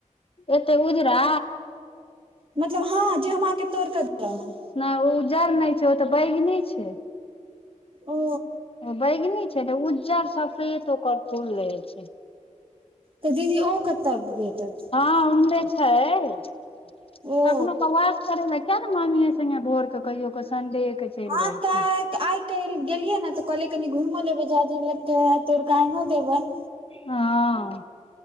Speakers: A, on the left (about 45°); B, on the right (about 45°).
A: एते उजरा
B: मतलब हँ जे हम आके तोड़ कऽ देलहुं हें।
A: नहि उ उज्जर नहि छै ओ तऽ बैगनी छै।
B: ओ
A: बैगनी छै ने उज्जर सफेत ओकर फूल रहै छै
B: तऽ दीदी ओ कतऽ भेटत।
A: हँ उम्हरे छै
B: ओ
A: कखनो कौआ। करे ला किया ने माम्मीे संगे भोर कऽ कहियो कऽ संडे केँ चल
B: हँ
A: जाइ
B: तऽ
A: छ।
B: आइ काइल गेलियै न त कहलीय कनि घुमो लेबै झाजी लग तोड़ कऽ आइ नो देबैन
A: हां